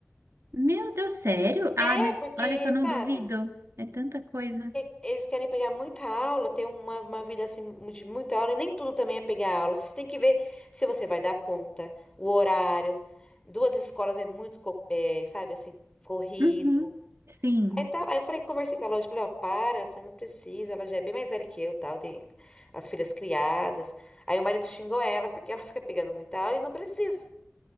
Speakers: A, on the right (about 85°); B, on the left (about 20°).
A: Meu Deus, sério? Ah,
B: É,
A: mas
B: porque,
A: olha que eu não
B: sabe...
A: duvido. É tanta coisa.
B: E- Eles querem pegar muita aula, ter uma, uma vida assim de muita aula, e nem tudo também é pegar aula. Você tem que ver se você vai dar conta, o horário. Duas escolas é muito, co- é, sabe, assim, corrido.
A: Uhum. Sim.
B: Aí, tá, lá, eu falei, conversei com a Lourdes, falei, ó, para, você não precisa, ela já é bem mais velha que eu, tal, tem as filhas criadas. Aí o marido xingou ela porque ela fica pegando muita aula e não precisa.